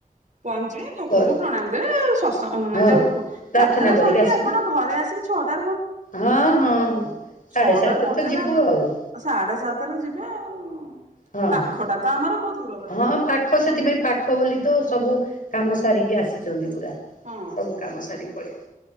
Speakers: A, on the right; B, on the left.
A: ପହଞ୍ଚିବେ ଠାକୁରଙ୍କ
B: କର
A: ପ୍ରଣାମି ଦେବେ ଯୋଉ
B: ହଁ।
A: ପ୍ରାର୍ଥନା
B: କରିକି
A: ସରିକି
B: ଆସିବୁ
A: ଆପଣ ଘରେ ଆସିକି ଛଅଟା
B: ହଁ ହଁ ସାଢେ
A: ଛଅଟାରେ
B: ସାତ
A: ପହଞ୍ଚେଇଲେ
B: ତ ଯିବୁ ଆଉ।
A: ସାଢେ ସାତରେ ଯିବେ ଆଉ
B: ହଁ
A: ପାଖଟା
B: ହଁ।
A: ତ ଆମର। କୋଉ ଦୂର ବାଟ
B: ହଁ
A: ଯେ
B: ପାଖ ସେଥିପାଇଁ ପାଖ ବୋଲି ତ ସବୁ କାମ ସାରିକି ଆସିଛନ୍ତି ପୁରା।
A: ହଁ।
B: ସବୁ କାମ ସାରି ପଳାଇ।